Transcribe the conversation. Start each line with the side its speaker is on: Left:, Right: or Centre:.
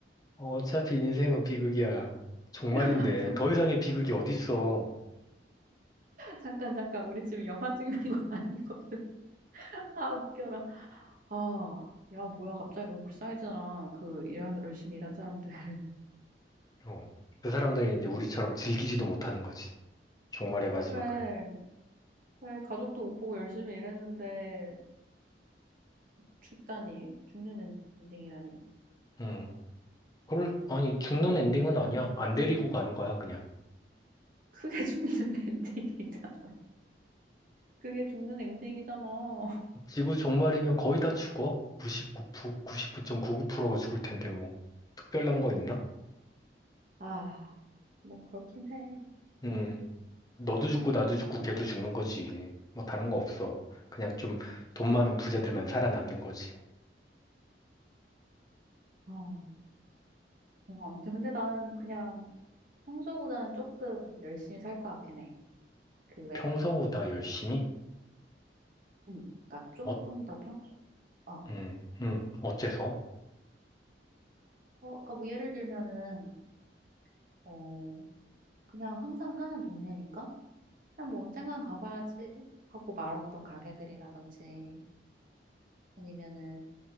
Left: 어차피 인생은 비극이야. 종말인데
Right: 야 잠깐,
Left: 더 이상의 비극이 어딨어.
Right: 잠깐, 잠깐. 우리 지금 영화 찍는 거 <laughs> 아니거든. 아, 웃겨라. 아, 야, 뭐야. 갑자기 너무 불쌍해지잖아. 그, 일한, 열심히 일한 사람들. <laughs>
Left: 어. 그 사람들이
Right: 음.
Left: 이제 우리처럼 즐기지도 못하는 거지. 종말의 마지막을.
Right: 그래. 그래. 가족도 못 보고 열심히 일했는데, 죽다니. 죽는 엔딩이라니.
Left: 음. 그걸, 아니, 죽는 엔딩은 아니야. 안 데리고 가는 거야, 그냥.
Right: 그게 죽는 <laughs> 엔딩이잖아. 그게 죽는 엔딩이잖아.
Left: 지구 종말이면 거의 다 죽어. 99%, 9 9가 죽을 텐데, 뭐. 특별한 거 있나?
Right: 아, 뭐, 그렇긴 해.
Left: 음. 너도 죽고, 나도 죽고, 걔도 죽는 거지. 뭐, 다른 거 없어. 그냥 좀 돈 많은 부자들만
Right: 아,
Left: 살아남는 거지.
Right: 어, 어, 아무튼 근데 나는 그냥 평소보다는 조금 열심히 살 것 같긴 해. 그 외에,
Left: 평소보다 열심히?
Right: 음, 그러니까 조금
Left: 어,
Right: 더 평소, 어, 어,
Left: 음, 음, 어째서?
Right: 그러니까 뭐 예를 들면은, 어, 그냥 항상 사는 동네니까 그냥 뭐 언젠간 가봐야지 하고 말았던 가게들이라든지 아니면은